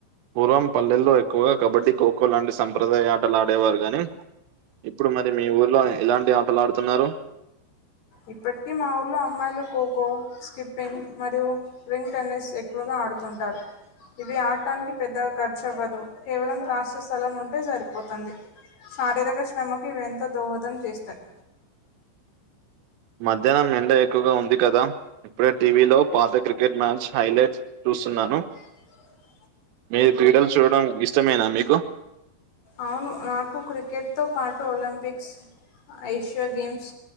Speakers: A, on the right (about 80°); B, on the left (about 55°).
A: పూర్వం పల్లెల్లో ఎక్కువగా కబడ్డీ ఖోఖో లాంటి సంప్రదాయ ఆటలు ఆడేవారు గాని ఇప్పుడు మరి మీ ఊర్లో ఎలాంటి ఆటలు ఆడుతున్నారు
B: ఇప్పటికి మా ఊర్లో అమ్మాయిలు ఖోఖో స్కిప్పింగ్ మరియు రింగ్ టెన్నిస్ ఎక్కువగా ఆడుతుంటారు ఇవి ఆడటానికి పెద్దగా ఖర్చు అవ్వదు కేవలం కాస్త స్థలం ఉంటే సరిపోతుంది శారీరక శ్రమకి ఇవి ఎంతో దోహదం చేస్తాయి
A: మధ్యాహ్నం ఎండ ఎక్కువగా ఉంది కదా ఇప్పుడే టీవీలో పాత క్రికెట్ మ్యాచ్ హైలైట్ చూస్తున్నాను
B: <unintelligible>
A: మీరు క్రీడలు చూడడం ఇష్టమేనా మీకు
B: అవును నాకు క్రికెట్తో పాటు ఒలంపిక్స్ ఏషియా గేమ్స్